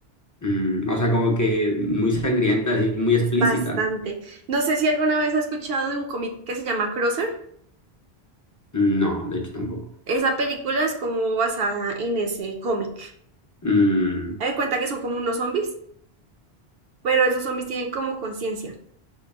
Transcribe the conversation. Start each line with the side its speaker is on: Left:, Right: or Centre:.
Left: Mm, o sea, como que muy sangrienta, así muy explícita.
Right: Es bastante.
Left: ¿no?
Right: No sé si alguna vez has escuchado de un cómic que se llama Crosser.
Left: No, de hecho tampoco.
Right: Esa película es como basada en ese cómic.
Left: Mm,
Right: Haz de cuenta que son como unos zombies, pero esos zombies tienen como conciencia.